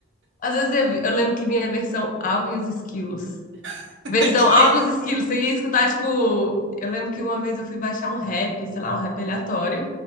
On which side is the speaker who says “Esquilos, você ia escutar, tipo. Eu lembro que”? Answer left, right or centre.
Left